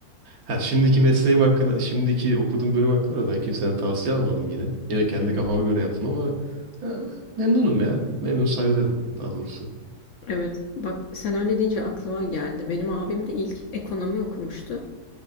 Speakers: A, on the right; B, on the left.
A: Ha, şimdiki mesleğim hakkında, şimdiki okuduğum bölüm hakkında da ben kimseden tavsiye almadım yine. Yine kendi
B: hı.
A: kafama göre yaptım ama ha, memnunum ya. Memnun sayılırım daha doğrusu.
B: Evet. Bak sen öyle deyince aklıma geldi. Benim abim de ilk ekonomi okumuştu.